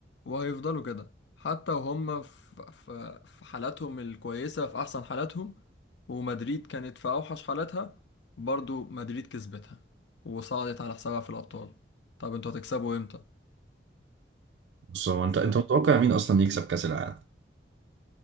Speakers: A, on the left; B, on the right.
A: وهيفضلوا كده حتى وهم في, في, في حالاتهم الكويسة في أحسن حالاتهم ومدريد كانت في أوحش حالاتها برضو مدريد كسبتها وصعدت على حسابها في الأبطال طب انتوا هتكسبوا امتى؟
B: بص هو أنت
A: فكأس
B: أنت متوقع مين أصلا يكسب كأس العالم؟